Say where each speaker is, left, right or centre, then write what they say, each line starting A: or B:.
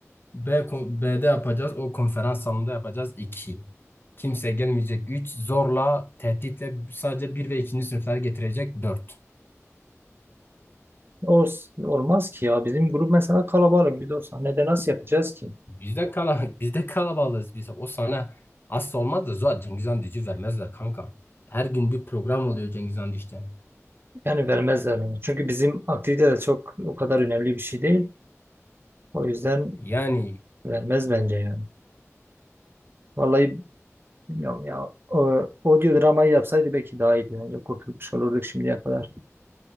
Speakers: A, on the left (about 45°); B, on the right (about 45°).
A: B, kon- B'de yapacağız. O konferans salonunda yapacağız. İki. Kimse gelmeyecek. Üç. Zorla, tehditle sadece bir ve ikinci sınıflar getirecek. Dört.
B: O s- olmaz ki ya. Bizim grup mesela kalabalık. Biz o sahnede nasıl yapacağız ki?
A: Bizde kala <laughs> bizde kalabalığız biz. O sana asla olmaz da zaten Cengiz Han Düzü vermezler kanka. Her gün bir program oluyor Cengiz Han Düzü'de.
B: Yani vermezler onu. Çünkü bizim aktivite de çok o kadar önemli bir şey değil. O yüzden
A: Yani
B: vermez bence yani. Vallahi bilmiyorum ya. O, audio dramayı yapsaydı belki daha iyiydi. Yani kurtulmuş olurduk şimdiye kadar.